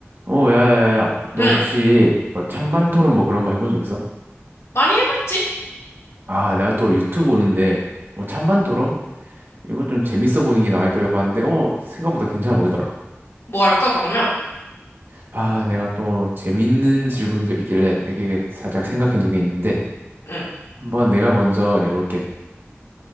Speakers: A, on the right; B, on the left.
A: 어, 야야야야. 너
B: 응,
A: 혹시 뭐 찬반 토론 뭐 그런 거 해본 적 있어?
B: 많이 해봤지?
A: 아, 내가 또 유튜브 오는데 뭐 찬반 토론? 이거 좀 재밌어 보이는 게 나와 있길래 봤는데 어, 생각보다 괜찮아 보이더라.
B: 뭐 할까, 그러면?
A: 아, 내가 또 재밌는 질문들 있길래 몇 개 살짝 생각해 둔 게 있는데
B: 응,
A: 한번 내가 먼저 내볼게.